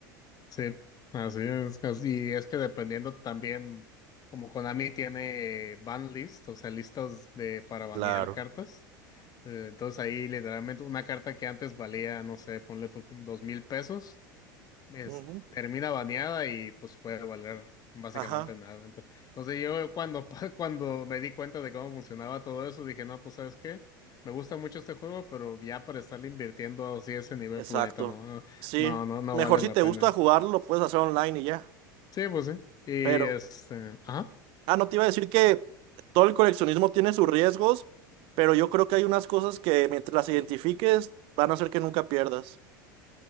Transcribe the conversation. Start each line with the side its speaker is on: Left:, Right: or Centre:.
Left: Sí, así es. as- Y es que dependiendo también, como Konami tiene ban list, o sea, listas de para banear
Right: Claro.
Left: cartas. eh, entonces ahí literalmente una carta que antes valía, no sé, ponle tú dos mil pesos, es,
Right: Ujú.
Left: termina baneada y pues puede valer básicamente
Right: Ajá,
Left: nada. Ento- Entonces, yo cuando, pa- <laughs> cuando me di cuenta de cómo funcionaba todo eso, dije, no, pues ¿sabes qué? Me gusta mucho este juego, pero ya para estarle invirtiendo así a ese nivel,
Right: exacto.
Left: planeta, no, no,
Right: Sí.
Left: no, no no
Right: Mejor
Left: vale
Right: si
Left: la
Right: te
Left: pena.
Right: gusta jugarlo, lo puedes hacer online y ya.
Left: Sí, pues sí. Y
Right: Pero...
Left: este, ajá,
Right: Ah, no te iba a decir que todo el coleccionismo tiene sus riesgos, pero yo creo que hay unas cosas que mientras las identifiques van a hacer que nunca pierdas.